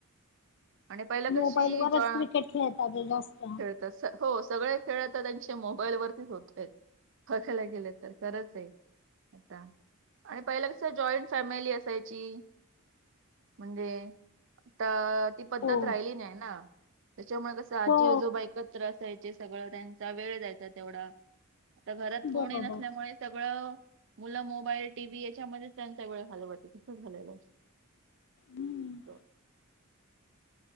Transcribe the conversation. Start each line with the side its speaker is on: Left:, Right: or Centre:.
Right: आणि पहिला
Left: मोबाईल
Right: कशी
Left: वरच
Right: जॉ
Left: क्रिकेट खेळतात ते जास्त
Right: खेळ तस हो सगळे खेळ आता त्यांचे मोबाईल वरतीच होत आहेत. बघायला गेल तर खरंच आहे. आता आणि पहिला कसं आहे जॉईंट फॅमिली असायची. म्हणजे आता ती पद्धत
Left: हो
Right: राहिली नाही ना त्याच्यामुळे कसं आजी
Left: हो
Right: आजोबा एक त्र असायचे सगळं त्यांचा वेळ जायचा तेवढा. आता घरात
Left: बरोबर
Right: कोनी नसल्यामुळे सगळं मुलं मोबाईल टीव्ही याच्यामध्येच त्यांचा वेळ घालवत तसं झालेलं.
Left: हम्म.
Right: असतं.